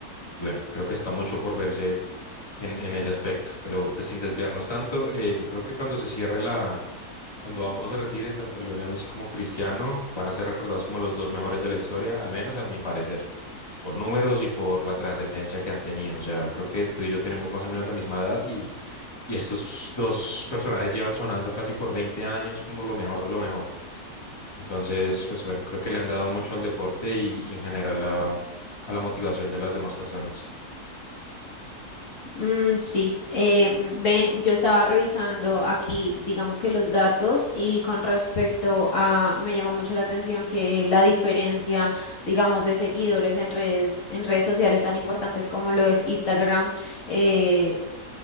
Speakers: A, on the left; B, on the left.
A: Bueno, creo que está mucho por verse en, en ese aspecto, pero pues sin desviarnos tanto, eh, yo creo que cuando se cierre la, cuando ambos se retiren, tanto Lionel Messi como Cristiano, van a ser recordados como los dos mejores de la historia, al menos a mi parecer, por números y por la trascendencia que han tenido. O sea, creo que tú y yo tenemos más o menos la misma edad y y estos dos personajes llevan sonando casi por 20 años como lo mejor de lo mejor. Entonces, pues bueno, creo que le han dado mucho al deporte y, y en general a, a la motivación de las demás personas.
B: Mm, sí, eh, mm, ven, yo estaba revisando aquí, digamos que los datos y con respecto a, me llama mucho la atención que la diferencia, digamos, de seguidores en redes, en redes sociales tan importantes como lo es Instagram, eh,